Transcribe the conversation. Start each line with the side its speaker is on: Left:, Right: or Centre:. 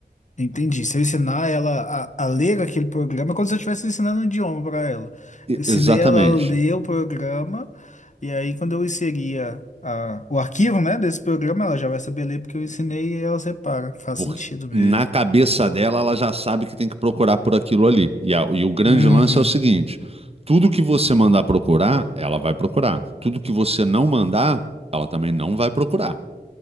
Left: Entendi. Se eu ensinar ela a, a ler aquele programa, é como se eu estivesse ensinando um idioma para ela.
Right: E-
Left: Eu ensinei
Right: exatamente.
Left: ela a ler o programa, e aí quando eu inseria a- o arquivo, né, desse programa, ela já vai saber ler porque eu ensinei e ela separa. Faz
Right: Porque
Left: sentido mesmo.
Right: na cabeça dela, ela já sabe que tem que procurar por aquilo ali. E, a- e o grande
Left: Uhum.
Right: lance é o seguinte: tudo que você mandar procurar, ela vai procurar. Tudo que você não mandar, ela também não vai procurar.